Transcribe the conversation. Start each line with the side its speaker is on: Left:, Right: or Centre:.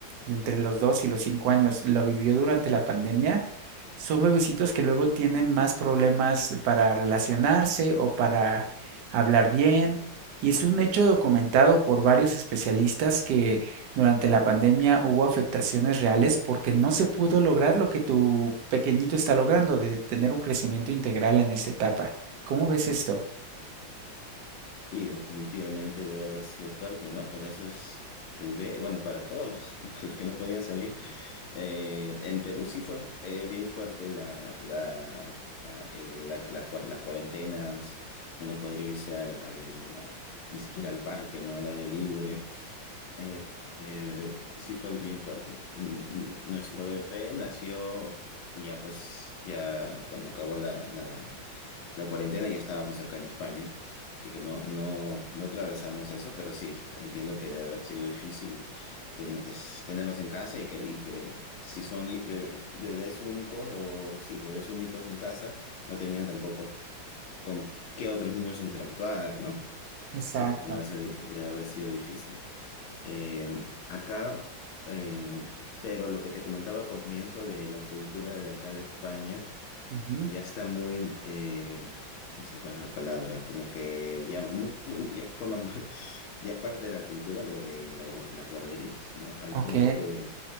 Right: de entre los 2 y los 5 años lo vivió durante la pandemia, son bebecitos que luego tienen más problemas para relacionarse o para hablar bien. Y es un hecho documentado por varios especialistas que durante la pandemia hubo afectaciones reales porque no se pudo lograr lo que tu pequeñito está logrando de tener un crecimiento integral en esta etapa. ¿Cómo ves esto?
Left: Sí, definitivamente debe haber sido fuerte, ¿no? Para esos bebés, bueno, para todos, <laughs> para los que no podían salir. Eh, en Perú sí fue eh, bien fuerte la, la, ah, el- la- la cua- las cuarentenas, de no poder irse al, al- ni siquiera al parque, ¿no? Al aire libre. Eh, eh, sí fue bien fuerte. N- n- Nuestro bebé nació ya pues, ya cuando acabó la, la, la cuarentena, ya estábamos acá en España, así que no, no, no atravesamos eso, pero sí, entiendo que debe haber sido difícil ten- es tenerlos en casa y que, y que si son i- bebé- bebés únicos o sí, bebés únicos en casa, no tenían tampoco con qué otros niños interactuar, ¿no?
Right: Exacto.
Left: Sí, debe ser, debe haber sido difícil. Eh, acá, eh, pero lo que te comentaba al comienzo de la cultura de acá de España,
Right: Ujú.
Left: ya está muy, eh, no sé cuál es la palabra, como que ya, muy- ya forma muy- <laughs> ya parte de la cultura lo de la guar- las guarderías, ¿no? Al
Right: Ok.
Left: punto que,